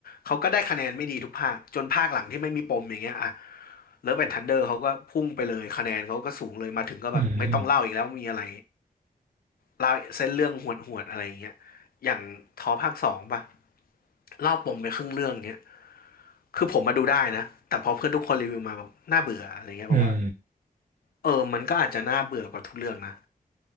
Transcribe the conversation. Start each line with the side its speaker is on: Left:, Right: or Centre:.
Left: เขาก็ได้คะแนนไม่ดีทุกภาคจนภาคหลังที่ไม่มีปมอย่างเงี้ยอ่ะเลิฟแอนทันเดอร์เขาก็พุ่งไปเลยคะแนนเขาก็สูงเลยมาถึงก็แบบไม่ต้องเล่าอีกแล้วมีอะไร
Right: อืม
Left: เล่าเส้นเรื่องหวดๆอะไรอย่างเงี้ยอย่างทอภาคสองป่ะเล่าปมไปครึ่งเรื่องเงี้ยคือผมมาดูได้นะแต่พอเพื่อนทุกคนรีวิวมาบอกน่าเบื่ออะไรเงี้ยผมว่า
Right: อืม
Left: เออมันก็อาจจะน่าเบื่อกว่าทุกเรื่องนะ